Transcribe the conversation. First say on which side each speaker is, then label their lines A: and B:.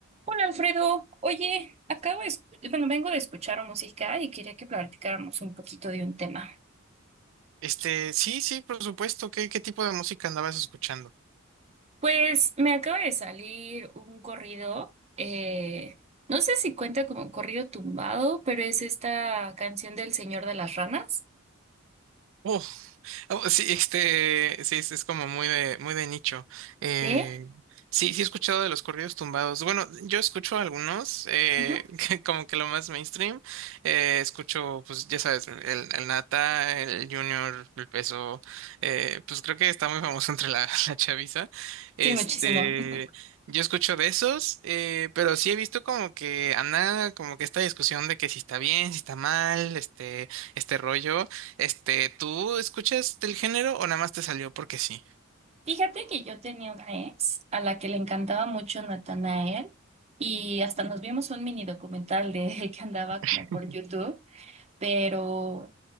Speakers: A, on the right (about 30°); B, on the right (about 60°).
A: Hola Alfredo, oye, acabo de, escu- bueno, vengo de escuchar música y quería que platicáramos un poquito de un tema.
B: Este, sí, sí, por supuesto. ¿Qué, qué tipo de música andabas escuchando?
A: Pues me acaba de salir un corrido, eh, no sé si cuenta como corrido tumbado, pero es esta canción del Señor de las Ranas.
B: Oh. Oh, sí, este, sí, es, es como muy de, muy de nicho. Eh,
A: ¿Sí?
B: sí, sí he escuchado de los corridos tumbados. Bueno, yo escucho algunos, eh,
A: Ujú.
B: <laughs> que como que lo más mainstream. Eh, escucho, pues, ya sabes, el, el Nata, el Junior, el Peso. eh, pues creo que está muy famoso entre la, <laughs> la chaviza. Este,
A: Sí, muchísimo. <laughs>
B: yo escucho de esos, eh, pero sí he visto como que anda, como que esta discusión de que si está bien, si está mal, este, este rollo. Este, ¿tú escuchas del género o nada más te salió porque sí?
A: Fíjate que yo tenía una ex a la que le encantaba mucho Natanael y hasta nos vimos un mini documental de <laughs> él que andaba
B: <laughs>
A: como por YouTube. Pero